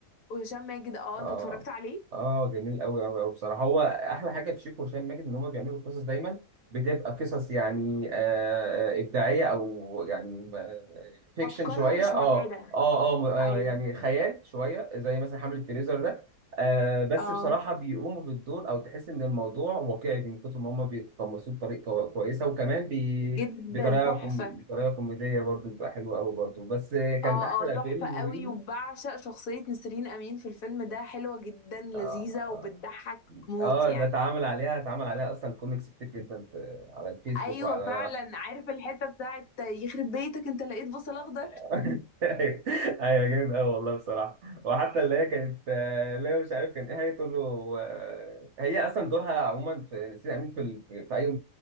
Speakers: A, on the left; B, on the right.
A: وهشام ماجد اه
B: اه
A: انت اتفرجت عليه
B: اه جميل قوي قوي قوي بصراحه هو احلى حاجه في شيكو وهشام ماجد ان هم بيعملوا قصص دايما بتبقى قصص يعني آه آه، ابداعيه او يعني آه، فيكشن
A: افكارها
B: شويه
A: مش معتاده
B: اه اه اه م- آه،
A: ايوه
B: يعني خيال شويه زي مثلا حمله فريزر ده آه بس
A: اه
B: بصراحه بيقوموا بالدور او تحس ان الموضوع واقعي من كتر ما هم بيتقمصوه بطريقه كو- كويسه وكمان بي
A: جدا
B: بطريقه
A: تحفه
B: كوم... بطريقه كوميديه برضو بتبقى حلوه قوي برضو بس آه، كان
A: اه
B: احلى
A: اه تحفه
B: فيلم
A: قوي
B: ليه
A: وبعشق شخصيه نسرين امين في الفيلم ده حلوه جدا لذيذه
B: آه،
A: وبتضحك موت
B: اه
A: يعني
B: ده اتعمل عليها اتعمل عليها اصلا كوميكس كتير جدا في على الفيسبوك
A: ايوه
B: وعلى
A: فعلا عارف الحته بتاعت يخرب بيتك انت لقيت بصل اخضر
B: <laughs> ايوه ايوه جامد قوي والله بصراحه وحتى اللي هي كانت آه، اللي هي مش عارف كان ايه هي تقول له آه، هي اصلا دورها عموما في سيدي امين في ال- في اي